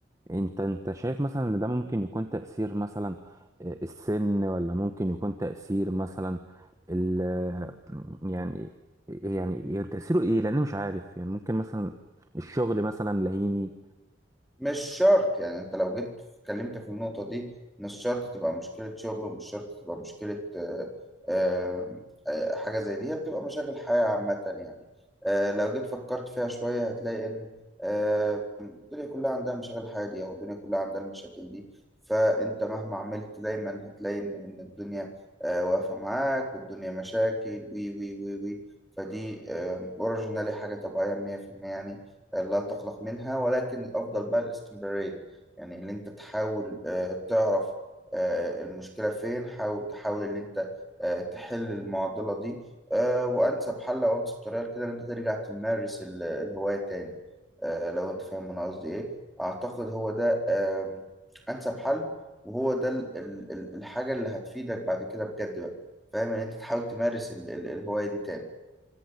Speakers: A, on the right; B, in the centre.
A: انت انت شايف مثلا ان ده ممكن يكون تأثير مثلا آه، السن ولا ممكن يكون تأثير مثلا ال آه، يعني يعني يعني تأثيره ايه لان مش عارف يعني ممكن مثلا الشغل مثلا لهيني
B: مش شرط يعني انت لو جيت اتكلمت في النقطة دي مش شرط تبقى مشكلة شغل ومش شرط تبقى مشكلة آه، آه، آه، حاجة زي دي هي بتبقى مشاغل حياة عامة يعني آه، لو جيت فكرت فيها شوية هتلاقي إن آه، الدنيا كلها عندها مشاغل حياة دي أو الدنيا كلها عندها المشاكل دي فأنت مهما عملت دايما هتلاقي إن إن الدنيا آه، واقفة معاك والدنيا مشاكل وي وي وي وي فدي أوريجينالي حاجة طبيعية 100% يعني لا تقلق منها ولكن الأفضل بقى الاستمرارية يعني إن أنت تحاول آه، تعرف آه، المشكلة فين حاول تحاول إن أنت آه، تحل المعضلة دي آه، وأنسب حل أو أنسب طريقة كده إن أنت ترجع تمارس ال- الهواية تاني آه، لو أنت فاهم أنا قصدي إيه أعتقد هو ده آم، أنسب حل وهو ده ال- ال- ال- الحاجة اللي هتفيدك بعد كده بجد بقى فاهم إن أنت تحاول تمارس ال- ال- الهواية دي تاني